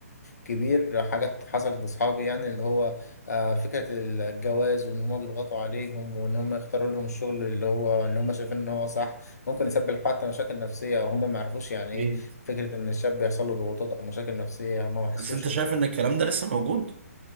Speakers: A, on the left; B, on the right.
A: كبير حاجات حصلت لاصحابي يعني اللي هو آه، فكرة الجواز وان هم بيضغطوا عليهم وان هم يختاروا لهم الشغل اللي هو ان هم شايفين ان هو صح ممكن يسبب حتى مشاكل نفسية او هم ما يعرفوش يعني
B: إيه.
A: ايه فكرة ان الشاب بيحصل له ضغوطات او مشاكل نفسية هم ما حسوش
B: بس انت شايف ان الكلام ده لسه موجود